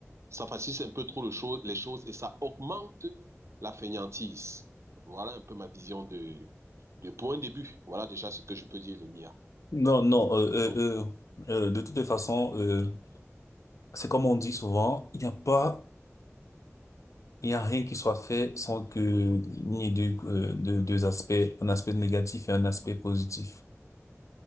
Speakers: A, on the right; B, on the left.
A: ça facilite un peu trop le cho- les choses et ça augmente la fainéantise. Voilà un peu ma vision de, de, pour un début. Voilà déjà ce que je peux dire de l'IA.
B: Non, non, euh,
A: Donc,
B: euh, euh, euh, de toutes les façons, euh, c'est comme on dit souvent, il n'y a pas, il n'y a rien qui soit fait sans que il n'y ait deux, euh, deux, deux aspects, un aspect négatif et un aspect positif.